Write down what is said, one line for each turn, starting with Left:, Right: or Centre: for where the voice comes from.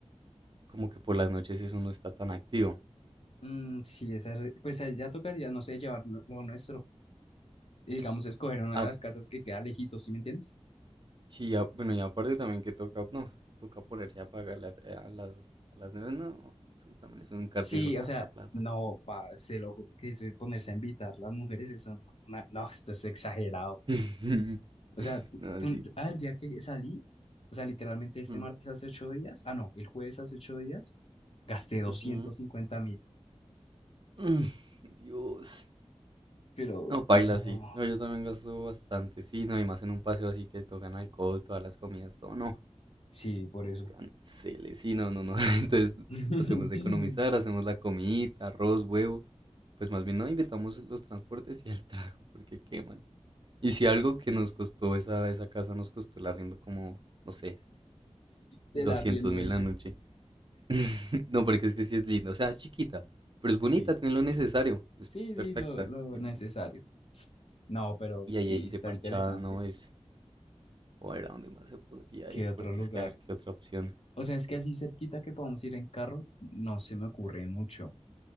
Right: como que por las noches eso no está tan activo.
Left: Mm, sí, esa, es- pues ahí ya tocaría, no sé, llevar lo lo nuestro. Y digamos, escoger una
Right: Ah,
Left: de las casas que queda lejitos, ¿sí me entiendes?
Right: Sí, ya, bueno, y aparte también que toca, no, toca ponerse a pagarle a, a las, a las nenas, no, eso también es un cartizo
Left: Sí, o
Right: harta
Left: sea,
Right: plata.
Left: no, pa, se lo juro que eso de ponerse a invitar las mujeres, eso no, una- no, esto es exagerado.
Right: <laughs>
Left: O sea, tú,
Right: No, sí,
Left: tú- ah,
Right: paila.
Left: el día que salí, o sea, literalmente este
Right: Mm,
Left: martes hace ocho días, ah, no, el jueves hace ocho días, gasté doscientos
Right: ujú. <laughs>
Left: cincuenta mil,
Right: Mm, Dios.
Left: pero
Right: No, paila,
Left: no,
Right: sí. No, yo también gasto bastante, sí, no, y más en un paseo así que tocan alcohol, todas las comidas, todo, no,
Left: sí, por eso.
Right: cancele, sí, no, no, no. <laughs> Entonces,
Left: <laughs>
Right: tratemos de economizar, hacemos la comidita, arroz, huevo, pues más bien no invitamos los transportes y el trago, porque qué más. Y si algo que nos costó esa, esa casa, nos costó el arriendo como, no sé, doscientos
Left: Del arriendo,
Right: mil
Left: dice.
Right: la noche. <laughs> No, porque es que sí es lindo. O sea, es chiquita, pero es bonita,
Left: Sí.
Right: tiene lo necesario. Es
Left: Sí,
Right: perfecta.
Left: sí, lo, lo
Right: Tiene...
Left: necesario. No, pero
Right: Y
Left: sí,
Right: ahí hay gente
Left: está
Right: parchada,
Left: interesante.
Right: ¿no? Es... O a ver, ¿a dónde más se podría
Left: ¿Qué
Right: ir?
Left: otro
Right: Porque
Left: lugar?
Right: es que a ver qué otra opción.
Left: O sea, es que así cerquita que podamos ir en carro, no se me ocurre mucho.